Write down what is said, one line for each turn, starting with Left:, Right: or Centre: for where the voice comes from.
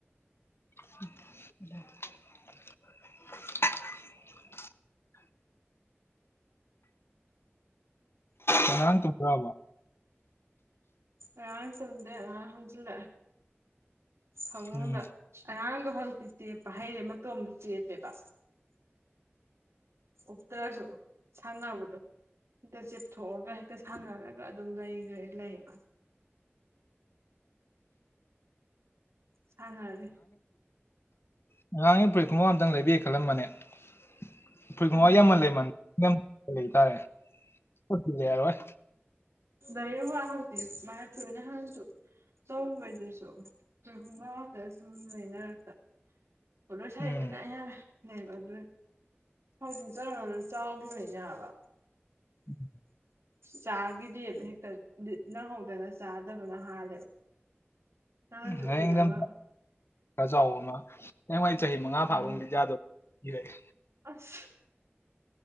Left: <inaudible> ꯑꯉꯥꯡ ꯇꯨꯝꯒ꯭ꯔꯥꯕꯣ
Right: ꯌꯥꯥꯡ ꯇꯨꯝꯗꯦ ꯑꯉꯥꯡ ꯍꯟꯒꯤꯟꯂꯛꯑꯦ ꯐꯃꯨꯡꯗ
Left: ꯎꯝ
Right: ꯑꯉꯥꯡ ꯣ ꯍꯧꯖꯤꯛꯇꯤ ꯆꯦꯞꯄ ꯍꯩꯔꯦ ꯃꯇꯣꯝꯇ ꯆꯦꯞꯄꯦꯕ ꯎ ꯇꯔꯁꯨ ꯁꯅꯕꯗꯨ ꯍꯦꯛꯇ ꯆꯤꯞꯊꯣꯛꯑꯒ ꯍꯦꯛꯇ ꯁꯥꯟꯅꯔꯒ ꯑꯗꯨꯝ ꯂꯩ ꯂꯩꯕ ꯊꯥꯡꯉꯔꯦ
Left: ꯉꯉꯥꯡꯒꯤ ꯐꯨꯔꯤꯠ ꯄꯨꯝꯐꯝ ꯑꯇꯪ ꯂꯩꯕꯤꯦ ꯈꯜꯂꯝꯕꯅꯦ ꯑꯩꯈꯣꯏꯋꯥ
Right: ꯎꯝ
Left: ꯌꯥꯝꯃꯟ ꯂꯩꯃꯟ ꯂꯩꯇꯥꯔꯦꯔꯣꯏ
Right: ꯂꯩꯔꯨꯒꯟ ꯍꯧꯇꯤ ꯃꯥꯏ ꯐꯨꯔꯤ ꯅꯍꯟꯁꯨ ꯇꯧꯕꯗꯨꯁꯨ ꯋꯥꯒ ꯁꯨꯝ ꯂꯣꯏꯅꯔꯒ ꯍꯂꯣꯁꯥꯏ
Left: ꯎꯝ
Right: ꯅꯦꯕ ꯑꯗꯨ ꯍꯧꯖꯤꯛ ꯆꯔꯨꯔ ꯆꯥꯎꯈꯤꯕꯅꯦꯕ
Left: ꯎꯝ
Right: ꯆꯥꯈꯤꯗꯦꯕ ꯍꯦꯛꯇ ꯅꯪꯍꯧꯗꯅ ꯆꯥꯗꯕꯅ ꯍꯥꯜꯂꯦꯕ ꯅꯍꯥꯟꯁꯨ
Left: ꯍꯗ
Right: ꯐꯨꯔꯤꯠ ꯑꯃ
Left: ꯔꯖꯥ ꯅꯌꯦꯡꯋꯥꯏ ꯆꯍꯤ ꯃꯉꯥ
Right: ꯑꯥ
Left: ꯐꯥꯕꯒ ꯖꯥꯗꯣꯔꯒꯦ
Right: ꯑꯁ